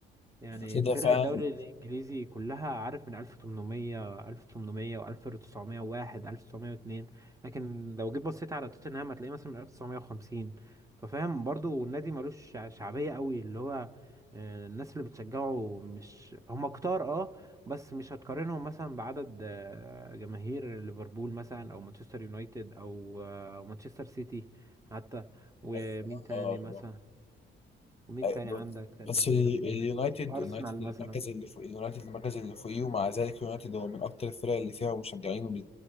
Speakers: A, on the right; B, on the left.
A: يعني
B: كده
A: فرق
B: فعلا
A: الدوري الإنجليزي كلها عارف من 1800 1800 و1901 1902 لكن لو جيت بصيت على توتنهام هتلاقيه مثلا من 1950 ففاهم برضو النادي ملوش شع- شعبية قوي اللي هو آه، الناس اللي بتشجعه مش هم كتار اه بس مش هتقارنهم مثلا بعدد آه، جماهير ليفربول مثلا او مانشستر يونايتد او آه، مانشستر سيتي حتى ومين
B: أيوة.
A: تاني
B: آه.
A: مثلا ومين تاني
B: بس
A: عندك تاني
B: بس
A: جماهير
B: ال-
A: كبيرة
B: اليونايتد
A: أرسنال
B: اليونايتد المركز
A: مثلا
B: اللي فوق اليونايتد المركز اللي فوقيه ومع ذلك اليونايتد هو من اكتر الفرق اللي فيها مشجعين وم-